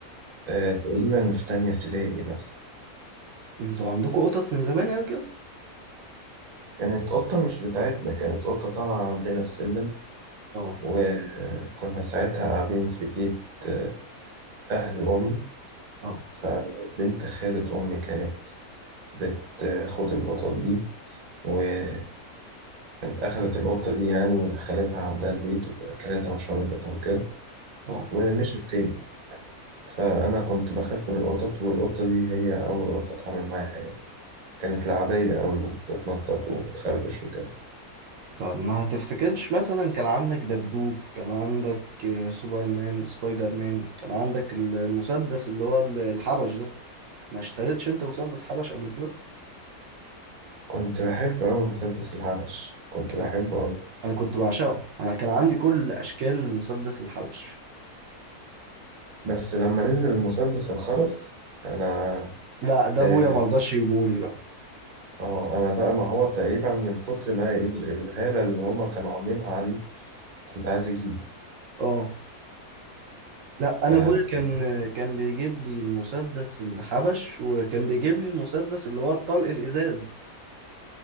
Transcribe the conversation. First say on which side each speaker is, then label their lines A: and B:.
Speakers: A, on the right; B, on the right.
A: آه، تقريبا في تانية ابتدائي مثلا
B: انتوا عندكم قطط من زمان قوي كده
A: كانت قطة مش بتاعتنا كانت قطة طالعة عندنا السلم
B: اه
A: وكنا ساعتها قاعدين في بيت آه، أهل أمي
B: اه
A: فبنت خالة أمي كانت بتاخد القطط دي وكانت أخدت القطة دي يعني ودخلتها عندها البيت وأكلتها وشربتها وكده
B: اه
A: ومشت تاني فأنا كنت بخاف من القطط والقطة دي هي أول قطة أتعامل معاها يعني كانت لعبية أوي وبتتنطط وبتخربش وكده
B: طب ما هتفتكرش مثلا كان عندك دبدوب كان عندك آه، سوبرمان سبايدر مان كان عندك ال- المسدس اللي هو ال- الحبش ده ما اشتريتش انت مسدس حبش قبل كده
A: كنت بحب أوي مسدس الحبش كنت بحبه
B: آه.
A: أوي
B: انا كنت بعشقه انا كان عندي كل اشكال المسدس الحبش
A: بس لما نزل المسدس الخرز أنا
B: لا ده
A: اه
B: ابويا ما رضاش يجيبهولي بقى
A: آه، أنا بقى ما هو تقريبا من كتر ما ال- الهالة اللي هما كانوا عاملينها عليه كنت عايز أجيبه
B: اه لا
A: ف-
B: انا ابويا كان كان بيجيب لي المسدس الحبش وكان بيجيب لي المسدس اللي هو الطلق الازاز